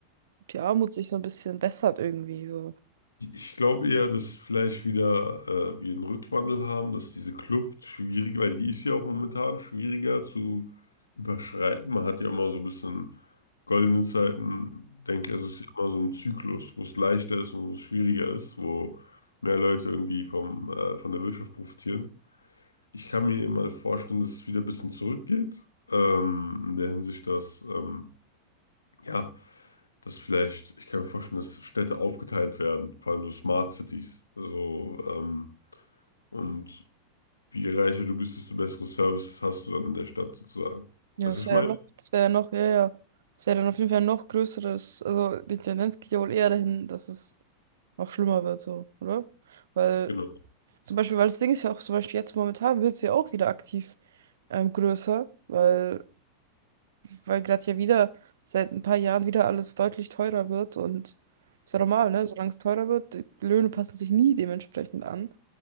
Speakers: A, on the right (about 60°); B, on the left (about 75°).
A: ob die Armut sich so ein bisschen bessert irgendwie so.
B: ich glaube eher, dass vielleicht wieder äh, wir einen Rückwandel haben, dass diese Kluft schwierig, weil die ist ja auch momentan schwieriger zu überschreiten. Man hat ja immer so ein bisschen goldene Zeiten, denke ich, es ist ja immer so ein Zyklus, wo es leichter ist und wo es schwieriger ist, wo mehr Leute irgendwie vom, äh, von der Wirtschaft profitieren. Ich kann mir mal vorstellen, dass es wieder ein bisschen zurückgeht. Ähm, in der Hinsicht, dass, ähm, ja, dass vielleicht, ich kann mir vorstellen, dass Städte aufgeteilt werden, vor allem so Smart Cities. Also, ähm, und je reicher du bist, desto bessere Services hast du dann in der Stadt sozusagen.
A: Ja,
B: Weißt
A: das
B: du, was ich
A: wäre
B: meine?
A: ja noch, das wäre ja noch, ja, ja. Das wäre dann auf jeden Fall noch größeres, also die Tendenz geht ja wohl eher dahin, dass es noch schlimmer wird, so, oder? Weil,
B: Genau.
A: zum Beispiel, weil das Ding ist ja auch zum Beispiel jetzt momentan wird es ja auch wieder aktiv ähm, größer, weil, weil gerade ja wieder seit ein paar Jahren wieder alles deutlich teurer wird und ist ja normal, ne? Solange es teurer wird, die Löhne passen sich nie dementsprechend an.